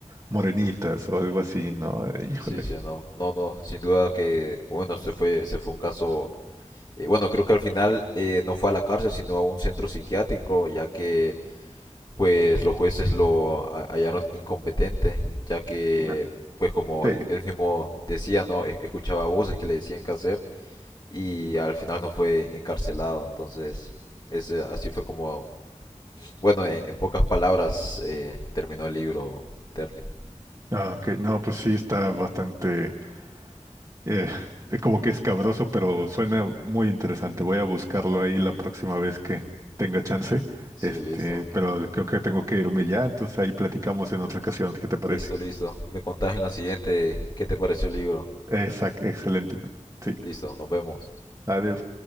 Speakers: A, on the right; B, on the left.
A: morenitas o algo así, ¿no? Híjole.
B: Sí, sí, no, no, no, sin duda que, bueno, se fue, se fue un caso, eh, bueno, creo que al final eh, no fue a la cárcel, sino a un centro psiquiátrico, ya que, pues, los jueces lo ha- hallaron incompetente, ya que,
A: No.
B: pues, como
A: Sí.
B: él, él mismo decía, ¿no? E- Escuchaba voces que le decían qué hacer y al final no fue encarcelado, entonces, ese, así fue como, bueno, en, en pocas palabras eh, terminó el libro, Terry.
A: Ah, ok. No, pues sí, está bastante, eh, eh, como que escabroso, pero suena muy interesante. Voy a buscarlo ahí la próxima vez que tenga chance.
B: Sí,
A: Este,
B: listo.
A: pero creo que tengo que irme ya, entonces ahí platicamos en otra ocasión. ¿Qué te parece?
B: Listo, listo. Me contás en la siguiente qué te pareció el libro.
A: Exacto, excelente. Sí.
B: Listo, nos vemos.
A: Adiós.